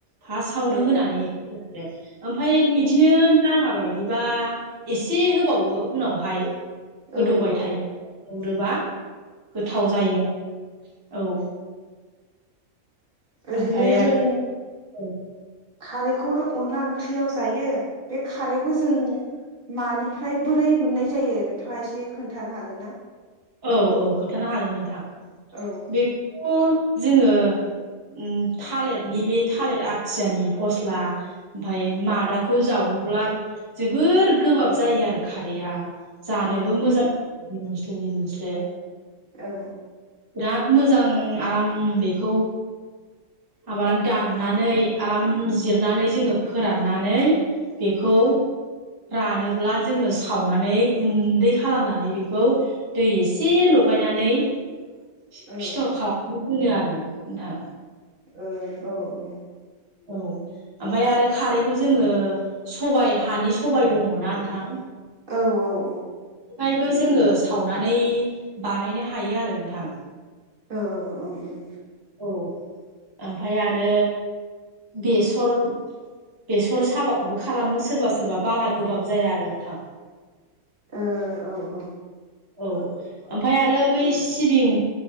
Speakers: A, on the right; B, on the right.
A: फास्टवानो
B: औ
A: होनानै होयो आरो ओमफ्राय इदिनो नाआबाय बिबा एसे होबावो उनावहाय
B: औ
A: गोदौबाय
B: औ
A: थायो। गुरोब्ला गोथाव जायो औ।
B: ओरैनो
A: ओमफ्राय आरो
B: जों
A: औ।
B: खारैखौ' अनला ओंख्रियाव जायो बे खारैखौ जों मानिफ्राय बोरै मोननाय जायो नोंथाङा एसे खोन्थानो हागोन ना?
A: औ औ खोन्थानो हागोन नोंथां
B: औ
A: बेखौ जोङो उ थालिरनि बे थालिर आथियानि फस्ला ओमफ्राय मादाखौ जाव अब्ला जोबोर गोबाब जायो आरो खारैआ। जानोबो
B: औ
A: मोजां रिमोनस्लो रिमोनस्लो।
B: औ।
A: बिराद मोजां आराम बेखौ आबादानो दाननानै आराम जिरनानै जोङो फोराननानै बेखौ रानोब्ला जोङो सावनानै गुन्दै खालामनानै बेखौ दै एसे लगायनानै फिथर
B: औ
A: खालामनानै दोनो आरो नोंथां।
B: ओ औ औ।
A: औ ओमफ्राय आरो खारैखौ जोङो सबायाइ हानि सबायाइ दङना नोंथां।
B: औ औ औ।
A: ओमफ्रायबो जोङो सावनानै बानायनो हायो आरो नोंथां।
B: ओ औ औ उम।
A: औ ओमफ्राय आरो बेसर बेसर साबाखौबो खालामो सोरबा सोरबा बारा गोबाब जाया आरो नोंथां।
B: ओ औ औ।
A: औ ओमफ्राय आरो बै सिबिं